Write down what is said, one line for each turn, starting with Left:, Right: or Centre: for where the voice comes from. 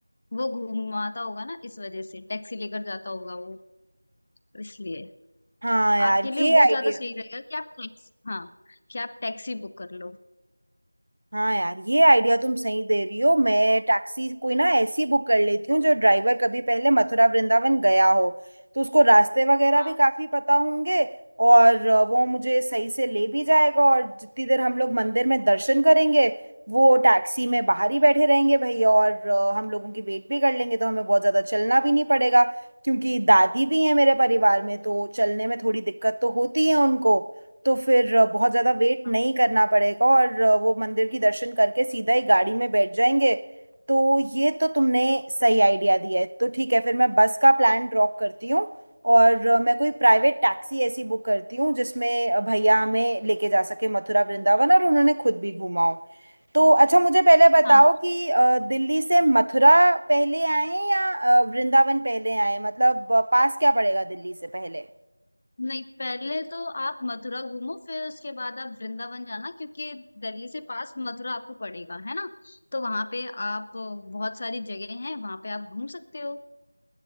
Left: वो घूमाता होगा ना इस वजह से टैक्सी लेकर जाता होगा वो इसलिए
Right: हाँ यार
Left: आपके लिए
Right: ये
Left: वो
Right: आइडिया
Left: ज्यादा सही रहेगा कि आप टैक्सी हाँ कि आप टैक्सी बुक कर लो
Right: हाँ यार ये आइडिया तुम सही दे रही हो मैं टैक्सी कोई ना ऐसी बुक कर लेती हूँ जो ड्राइवर कभी पहले मथुरा वृंदावन गया हो तो उसको रास्ते वगैरह
Left: हाँ
Right: भी काफी पता होंगे और अ, वो मुझे सही से ले भी जाएगा और जितनी देर हम लोग मंदिर में दर्शन करेंगे वो टैक्सी में बाहर ही बैठे रहेंगे भैया और अ, हम लोगों की वेट भी कर लेंगे तो हमें बहुत ज्यादा चलना भी नहीं पड़ेगा क्योंकि दादी भी है मेरे परिवार में तो चलने में थोड़ी दिक्कत तो होती है उनको तो फिर अ, बहुत ज्यादा वेट
Left: हाँ
Right: नहीं करना पड़ेगा और अ, वो मंदिर की दर्शन करके सीधा ही गाड़ी में बैठ जाएंगे तो ये तो तुमने सही आइडिया दिया है तो ठीक है फिर मैं बस का प्लान ड्रॉप करती हूँ और अ, मैं कोई प्राइवेट टैक्सी ऐसी बुक करती हूँ जिसमें अ, भैया हमें लेके जा सके मथुरा वृंदावन और उन्होंने खुद भी घूमा हो तो अच्छा मुझे पहले बताओ
Left: हाँ
Right: कि अ, दिल्ली से मथुरा पहले आए या अ, वृंदावन पहले आए मतलब अ, पास क्या पड़ेगा दिल्ली से पहले
Left: नहीं पहले तो आप मथुरा घूमो फिर उसके बाद आप वृंदावन जाना क्योंकि दिल्ली से पास मथुरा आपको पड़ेगा है ना तो वहां पे आप बहुत सारी जगह हैं वहां पे आप घूम सकते हो